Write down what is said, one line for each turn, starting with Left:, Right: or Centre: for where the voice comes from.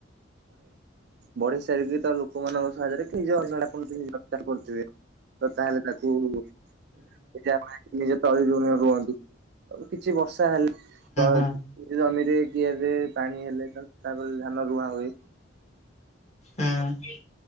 Right: ବଢି ସାରିକି ତାପରେ ଲୋକମାନଙ୍କ ସାହାଯ୍ୟରେକି <unintelligible> କରୁଥିବେ ତୋ ତାହେଲେ ତାକୁ <unintelligible> ପାଇଁ ନିଜ ତଳିଯୋଉଦିନ ରୁଅନ୍ତି ଆଉ କିଛି ବର୍ଷା ହେଲେ ତ
Left: ହୁଁ। ହୁଁ।
Right: ଜମିରେ କିଆରିରେ ପାଣି ହେଲେ ତାପରେ ଧାନ ରୁଆ ହୁଏ
Left: ହୁଁ।